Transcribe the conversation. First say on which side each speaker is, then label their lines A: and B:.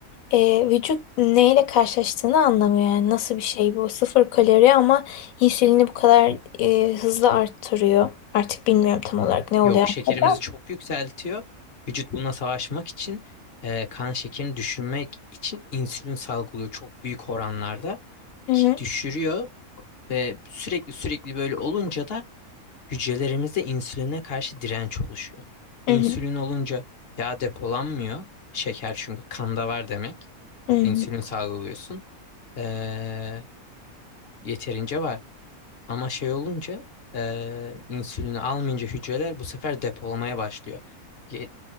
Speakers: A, on the left; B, on the left.
A: e, vücut neyle karşılaştığını anlamıyor yani nasıl bir şey bu sıfır kalori ama insülini bu kadar e, hızlı arttırıyor. Artık bilmiyorum tam olarak ne oluyor
B: Yok şekerimizi
A: arkada.
B: çok yükseltiyor. Vücut buna savaşmak için e, kan şekerini düşürmek için insülin salgılıyor çok büyük oranlarda
A: Hı hı,
B: ki düşürüyor ve sürekli sürekli böyle olunca da hücrelerimizde insüline karşı direnç oluşuyor. İnsülin
A: hı hı,
B: olunca yağ depolanmıyor. Şeker çünkü kanda var demek.
A: hı hı.
B: İnsülin salgılıyorsun. Ee, yeterince var. Ama şey olunca eee insülini almayınca hücreler bu sefer depolamaya başlıyor. Ye-